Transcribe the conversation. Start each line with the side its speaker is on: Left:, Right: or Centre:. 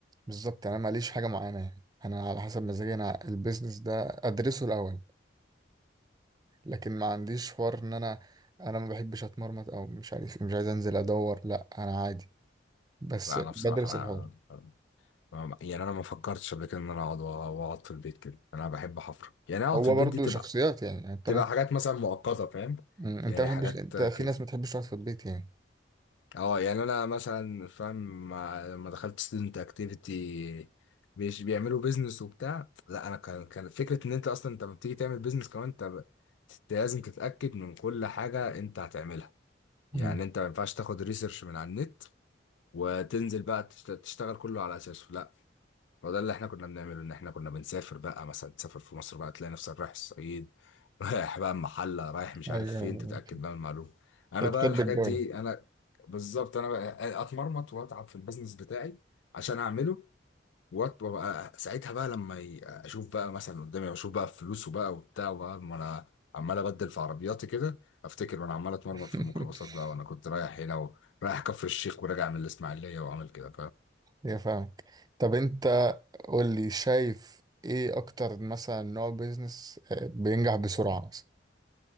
Right: بالظبط يعني انا ماليش حاجه معينه يعني انا على حسب مزاجي انا البيزنس ده ادرسه الاول لكن ما عنديش حوار ان انا انا ما بحبش اتمرمط او مش عارف إيه، مش عايز انزل ادور لا انا عادي بس
Left: لا انا
Right: بدرس
Left: بصراحه انا
Right: الحوار
Left: أنا- يعني انا ما فكرتش قبل كده ان انا اقعد واقعد في البيت كده انا بحب حفر يعني اقعد
Right: هو
Left: في البيت
Right: برضه
Left: دي تبقى
Right: شخصيات يعني يعني انت
Left: تبقى
Right: ممكن
Left: حاجات مثلا مؤقته فاهم
Right: مم. انت
Left: يعني
Right: ما بتحبش
Left: حاجات
Right: انت في
Left: كده
Right: ناس ما بتحبش تقعد في البيت يعني
Left: اه يعني انا مثلا فاهم مع- لما دخلت ستودنت اكتيفيتي مش بيعملوا بيزنس وبتاع لا انا كان كان فكره ان انت اصلا انت لما بتيجي تعمل بيزنس كمان انت ب- أنت لازم تتاكد من كل حاجه انت هتعملها
Right: مم.
Left: يعني انت ما ينفعش تاخد ريسيرش من على النت وتنزل بقى تشت- تشتغل كله على اساسه لا هو ده اللي احنا كنا بنعمله ان احنا كنا بنسافر بقى مثلا تسافر في مصر بقى تلاقي نفسك رايح الصعيد <laughs> رايح بقى المحله رايح مش
Right: ايوه
Left: عارف فين
Right: أيوة.
Left: تتاكد بقى من المعلومه انا
Right: انت
Left: بقى
Right: بتحب
Left: الحاجات
Right: الجو
Left: دي انا بالظبط انا بقى اتمرمط واتعب في البيزنس بتاعي عشان اعمله وأت- وابقى ساعتها بقى لما ي- اشوف بقى مثلا قدامي اشوف بقى فلوسه بقى وبتاع وبقى ما انا عمال ابدل في عربياتي كده افتكر وانا عمال اتمرمط
Right: <laughs>
Left: في الميكروباصات بقى وانا كنت رايح هنا ورايح كفر الشيخ وراجع من الاسماعيليه وعامل كده
Right: يا فاهمك طب انت قول لي شايف ايه اكتر مثلا نوع بيزنس آه، بينجح بسرعة مثلا